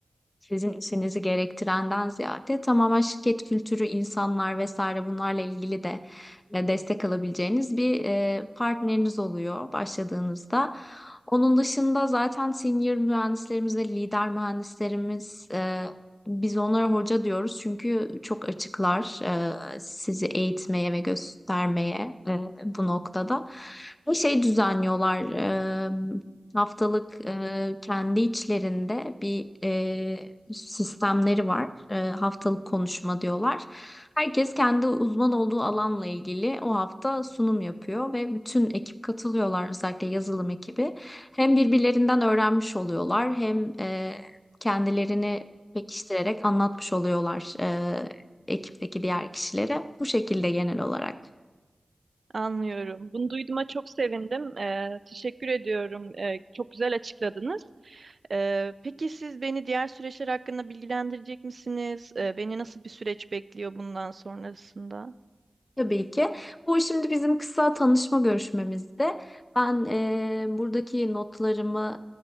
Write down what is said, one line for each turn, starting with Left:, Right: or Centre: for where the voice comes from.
Left: sizin işinizi gerektirenden ziyade tamamen şirket kültürü, insanlar vesaire bunlarla ilgili de e, destek alabileceğiniz bir e, partneriniz oluyor başladığınızda. Onun dışında zaten senior mühendislerimiz ve lider mühendislerimiz e, biz onlara hoca diyoruz çünkü çok açıklar e, sizi eğitmeye ve göstermeye e, bu noktada. Bir şey düzenliyorlar e, haftalık e, kendi içlerinde bir e, sistemleri var. E, haftalık konuşma diyorlar. Herkes kendi uzman olduğu alanla ilgili o hafta sunum yapıyor ve bütün ekip katılıyorlar özellikle yazılım ekibi. Hem birbirlerinden öğrenmiş oluyorlar hem e, kendilerini pekiştirerek anlatmış oluyorlar e, ekipteki diğer kişilere. Bu şekilde genel olarak.
Right: Anlıyorum. Bunu duyduğuma çok sevindim. Ee, teşekkür ediyorum. Ee, çok güzel açıkladınız. Ee, peki siz beni diğer süreçler hakkında bilgilendirecek misiniz? Ee, beni nasıl bir süreç bekliyor bundan sonrasında?
Left: Tabii ki. Bu şimdi bizim kısa tanışma görüşmemizde ben e, buradaki notlarımı